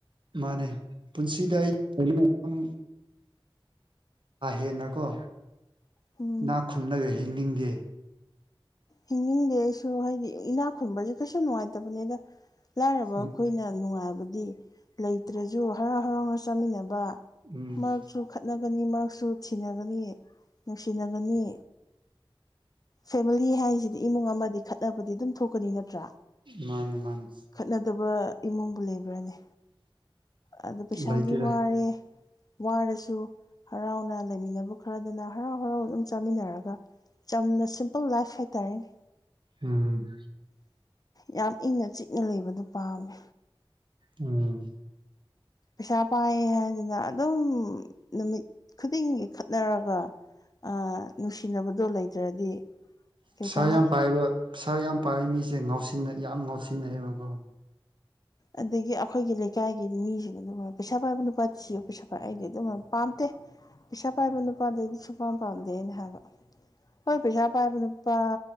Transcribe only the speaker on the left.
ꯎꯝ
ꯍꯤꯡꯅꯤꯡꯗꯦ ꯑꯩꯁꯨ ꯍꯥꯏꯗꯤ ꯏꯅꯥꯛ ꯈꯨꯟꯕꯁꯦ ꯀꯩꯁꯨ ꯅꯨꯡꯉꯥꯏꯇꯕꯅꯦꯗ ꯂꯥꯏꯔꯕ
ꯑꯩꯈꯣꯏꯅ ꯅꯨꯡꯉꯥꯏꯕꯗꯤ ꯂꯩꯇ꯭ꯔꯁꯨ ꯍꯔꯥꯎ ꯍꯔꯥꯎꯅ ꯆꯥꯃꯤꯟꯅꯕ
ꯃꯔꯛꯁꯨ ꯈꯠꯅꯒꯅꯤ ꯃꯔꯛꯁꯨ ꯊꯤꯅꯒꯅꯤ ꯅꯨꯡꯁꯤꯅꯒꯅꯤ ꯐꯦꯃꯤꯂꯤ ꯍꯥꯏꯁꯤꯗꯤ ꯏꯃꯨꯡ ꯑꯃꯗꯤ ꯈꯠꯅꯕꯗꯤ ꯑꯗꯨꯝ ꯊꯣꯛꯀꯅꯤ ꯅꯠꯇ꯭ꯔꯥ
ꯈꯠꯅꯗꯕ ꯏꯃꯨꯡꯕꯨ ꯂꯩꯕ꯭ꯔꯣꯅꯦ ꯑꯗ ꯄꯩꯁꯥꯒꯤ
ꯋꯥꯔꯦ ꯋꯥꯔꯁꯨ ꯍꯔꯥꯎꯅ ꯂꯩꯃꯤꯟꯅꯕ ꯈꯔꯗꯨꯅ ꯍꯔꯥꯎ ꯍꯔꯥꯎ ꯑꯗꯨꯝ ꯆꯥꯃꯤꯟꯅꯔꯒ ꯆꯝꯅ ꯁꯤꯝꯄꯜ ꯂꯥꯏꯐ ꯍꯥꯏꯇꯥꯔꯦꯅꯦ
ꯌꯥꯝ ꯏꯪꯅ ꯆꯤꯛꯅ ꯂꯩꯕꯗꯨ ꯄꯥꯝꯃꯦ
ꯄꯩꯁꯥ ꯄꯥꯏꯌꯦ ꯍꯥꯏꯗꯅ ꯑꯗꯨꯝ ꯅꯨꯃꯤꯠ ꯈꯨꯗꯤꯡꯒꯤ ꯈꯠꯅꯔꯒ ꯑꯥ ꯅꯨꯡꯁꯤꯅꯕꯗꯣ ꯂꯩꯇ꯭ꯔꯗꯤ ꯀꯩ
ꯀꯥꯟꯅꯩ
ꯑꯗꯒꯤ ꯑꯈꯣꯏꯒꯤ ꯂꯩꯀꯥꯏꯒꯤ ꯃꯤꯁꯤꯡ ꯑꯗꯨ ꯄꯩꯁꯥ ꯄꯥꯏꯕ ꯅꯨꯄꯥꯊꯤꯌꯣ ꯄꯩꯁꯥ ꯄꯥꯏ ꯑꯩꯗꯤ ꯑꯗꯨꯝ ꯍꯥꯏꯕꯅꯤ ꯄꯥꯝꯇꯦ ꯄꯩꯁꯥ ꯄꯥꯏꯕ ꯅꯨꯄꯥꯗꯣ ꯑꯩꯗꯤ ꯁꯨꯄꯥꯝ ꯄꯥꯝꯗꯦꯅ ꯍꯥꯏꯕ ꯍꯣꯏ ꯄꯩꯁꯥ ꯄꯥꯏꯕ ꯅꯨꯄꯥ